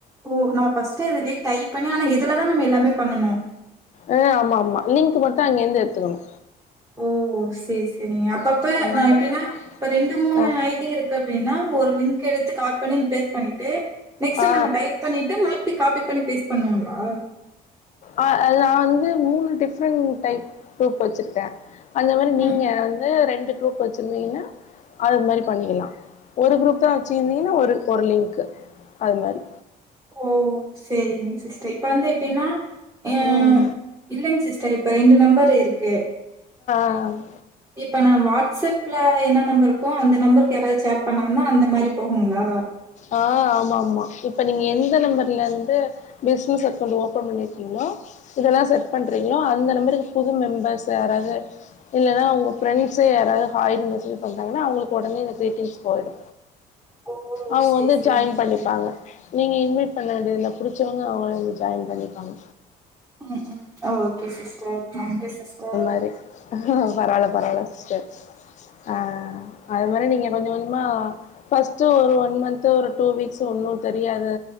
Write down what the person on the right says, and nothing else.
ஓ நா ஃபஸ்டே இதுலயே டைப் பண்ணி ஆனா இதுலதா நம்ம எல்லாமே பண்ணனு
ஓ சேர் செரிங்க அப்பப்
இப்ப ரெண்டு மூணு
ஐ டி இருக்கு அப்டின்னா ஒரு லின்க் எடுத்து காபி பண்ணி பேஸ்ட் பண்ணிட்டு நெக்ஸ்ட்
நம்ம டைப் பண்ணிட்டு மறுபடி காப்பி பண்ணி பேஸ் பண்ணுங்ளா
ம்
ஓ செரிங்க சிஸ்டர் இப்ப வந்து எப்டின்னா எ
இல்லைங் சிஸ்டர் இப்ப ரெண்டு நெம்பர் இருக்கு
இப்ப நான் வாட்ஸ்அப்ல என்ன நம்பர் இருக்கோ அந்த நம்பருக்கு யாராவது சேட் பண்ணாங்கன்னா அந்த மாரி போகுங்களா?
ஓ!
சரி,
சரிங்க
சிஸ்டர்.
ம் ம் ஓகே சிஸ்டர் தேங்க்யூ சிஸ்டர்